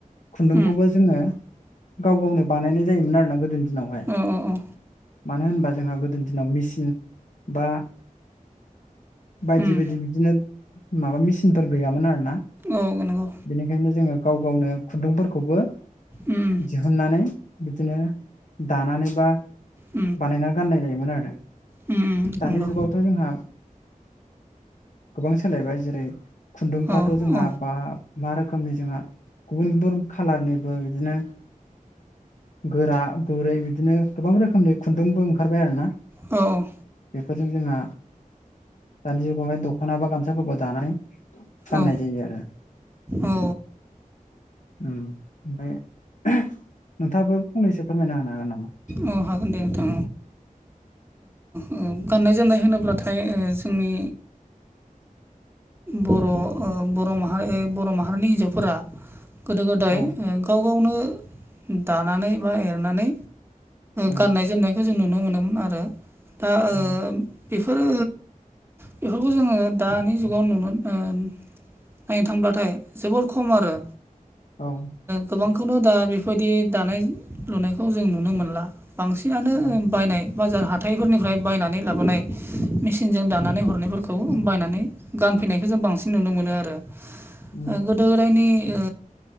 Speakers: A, on the left; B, on the right.
A: खुन्दुंखौबो
B: उम
A: जोङो गाव गावनो बानायनाय जायोमोन आरोना गोदोनि दिनावहाय
B: औ औ
A: मानो होनबा जोंहा गोदोनि दिनाव मेसिन बा बायदि
B: उम
A: बायदि बिदिनो माबा मेचिनफोर गैयामोन आरो ना
B: औ नंगौ
A: बेनिखायनो जोङो गाव गावनो खुन्दुंफोरखौबो
B: उम
A: दिहुननानै बिदिनो दानानै बा
B: उम
A: बानायनानै गाननाय जायोमोन आरो
B: उम नंगौ
A: दानि जुगावथ' जोंहा गोबां सोलायबाय जेरै खुन्दुंफ्राथ'
B: औ
A: जोंहा
B: उम औ
A: बा मा रोखोमनि जोंहा गुबुन गुबुन खाालारनिबो बिदिनो गोरा गुरै बिदिनो गोबां रोखोमनि खुन्दुंबो ओंखारबाय आरो ना
B: औ औ
A: बेफोरजों जोंहा दानि जुगावहाय दख'ना बा गामसाफोरखौ दानाय गाननाय
B: औ
A: जायो आरो
B: औ
A: ओमफ्राय नोंथाङाबो फंनैसो फोरमायना होनो हागोन नामा
B: औ हागोन दे नोंथां औ गाननाय जोमनाय होनोब्लाथाय जोंनि बर' बर' मारि बर' माहारिनि हिन्जावफोरा गोदो गोदाय
A: औ
B: गाव गावनो दानानै बा एरनानै
A: उम
B: गाननाय जोमनाय बेखौ जों नुनो मोनोमोन आरो दा
A: औ
B: बेफोरो बेफोरखौ जोङो दानि जुग गाव नुनो नायनो थांब्लाथाय जोबोर खम आरो
A: औ
B: गोबांखौनो दा बेबायदि दानाय लुनायखौ जों नुनो मोनला बांसिनानो
A: औ
B: बायनाय बाजार हाथााइफोरनिफ्राय बायनानै लाबोनाय मेसिनजों दानानै हरनायफोरखौ बायनानै गानफैनायखौ जों बांसिन नुनो मोनो आरो
A: उम
B: गोदो गोदायनि ओ